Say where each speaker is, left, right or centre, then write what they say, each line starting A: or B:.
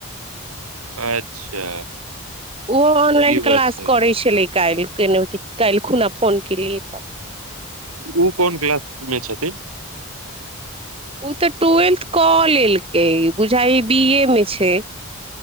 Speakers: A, on the right; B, on the right.
A: अच्छा
B: ओहो ऑनलाइन
A: ई
B: क्लास
A: बात छै
B: करै छलै कइल के नहि कालल खुना फोन कल तऽ
A: ओ कोन क्लासमे छथिन
B: ओ तऽ ट्वेल्थ कऽ लेलकै बुझाइ बी ए मे छै